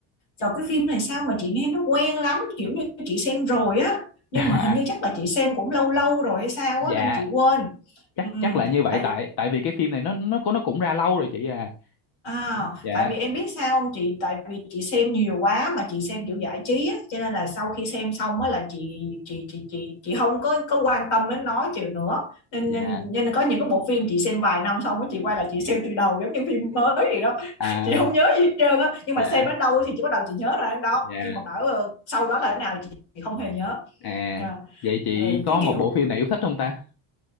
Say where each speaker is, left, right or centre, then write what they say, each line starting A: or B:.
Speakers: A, on the left; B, on the left.
A: sao cái phim này sao mà chị nghe nó quen lắm kiểu như chị xem rồi á nhưng
B: <laughs>
A: mà hình như
B: À,
A: chắc là chị xem cũng lâu lâu rồi hay sao
B: dạ
A: á nên chị quên
B: chắc
A: Ừ,
B: chắc là như vậy
A: tại
B: tại tại vì cái phim này nó nó cũng nó cũng ra lâu rồi chị à
A: à,
B: dạ
A: tại vì em biết sao không chị tại vì chị xem nhiều quá mà chị xem kiểu giải trí á, cho nên là sau khi xem xong á là chị chị chị chị chị không có có quan tâm đến nó chịu nữa nên,
B: dạ
A: nên nên là có những cái bộ phim chị xem vài năm xong á chị quay lại chị xem từ đầu giống như phim mới vậy đó <laughs>
B: à
A: chị không nhớ gì hết trơn á nhưng mà
B: dạ
A: xem đến đâu thì chị bắt đầu chị nhớ ra đến đó
B: dạ
A: nhưng mà bảo ờ, sau đó là thế nào chị, chị không hề nhớ
B: à
A: Dạ.
B: vậy chị
A: ừ,
B: có
A: cái
B: một
A: kiểu
B: bộ phim nào yêu thích không ta